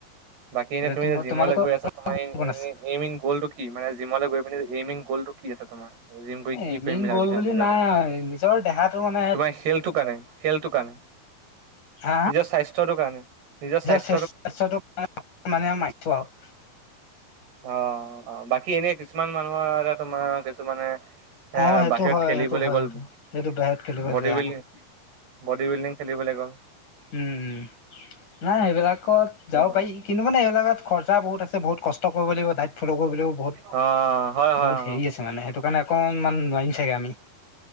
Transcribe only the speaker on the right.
বাকী এনে
তুমি যে জিমৰ
লৈ গৈ আছা তোমাৰ এইমিন
এইমিন গলটো কি মানে জিম গৈ পিনে এইমিন গ'লটো, কি আছে তোমাৰ জিম কৰি কি
কৰিম বুলি
ভাবিছা নিজকে
তোমাৰ খেলটো কাৰণে, খেলটোৰ কাৰণে
নিজৰ স্বাস্থ্যটোৰ কাৰণে নিজৰ স্বাস্থ্য
অ' বাকী এনে কিছুমান মানুহৰ এ তোমাৰ কিছুমানে, হে
বাহিৰত
খেলিবলৈ
গ'ল
বডি
বিল্ডিং, বডি বিল্ডিং খেলিবলৈ গ'ল,
অ
অ হয় হয়
অ